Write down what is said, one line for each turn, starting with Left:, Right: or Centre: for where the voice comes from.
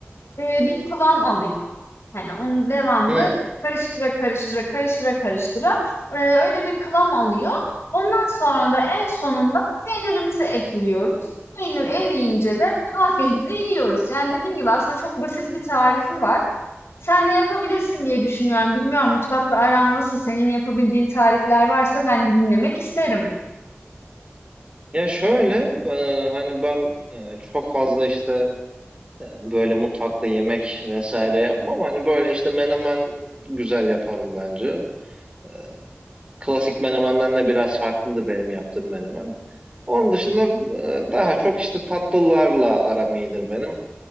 Left: e, bir kıvam alıyor. Hani onu devamlı
Right: hı.
Left: karıştıra karıştıra karıştıra karıştıra eee, öyle bir kıvam alıyor. Ondan sonra da en sonunda peynirimizi ekliyoruz. Peynir eriyince de afiyetle yiyoruz. Yani dediğim gibi aslında çok basit bir tarifi var. Sen de yapabilirsin diye düşünüyorum. Bilmiyorum mutfakla aran nasıl? Senin yapabildiğin tarifler varsa ben de dinlemek isterim.
Right: Ya şöyle e, hani ben e, çok fazla işte e, böyle mutfakta yemek vesaire yapmam. Hani böyle işte menemen güzel yaparım bence. E, Klasik menemenden de biraz farklıdır benim yaptığım menemen. Onun dışında e, daha çok işte tatlılarla aram iyidir benim.